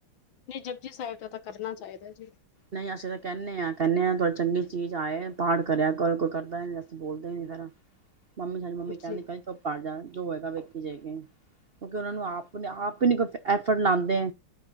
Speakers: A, on the left; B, on the right.
A: ਨਈ ਜਪਜੀ ਸਾਹਿਬ ਦਾ ਤਾਂ ਕਰਨਾ ਚਾਹੀਦਾ ਜੀ।
B: ਨਈ ਅਸੀਂ ਤਾਂ ਕੈਂਣੇ ਆਂ ਕੈਣੇ ਆਂ ਥੋੜੀ ਚੰਗੀ ਚੀਜ਼ ਆਏ ਪਾਠ ਕਰਿਆ ਕਰੋ ਕੋਈ ਕਰਦਾ ਨਈ ਅਸੀ ਬੋਲਦੇ ਹੀ ਨਈ ਫੇਰ ਮੰਮੀ ਸਾਡੀ ਮੰਮੀ ਕਹਿੰਦੀ
A: ਜੀ
B: ਕਹਿੰਦੀ ਧੁੱਪ ਆ ਜਾ ਜੋ ਹੋਏਗਾ ਵੇਖੀ ਜੇ ਗੀ। ਕਿਉਂਕਿ ਉਹਨਾ ਨੂੰ ਆਪ-ਆਪ ਹੀ ਨਈ ਕੋਈ ਐਫਰਟ ਲਾਂਦੇ।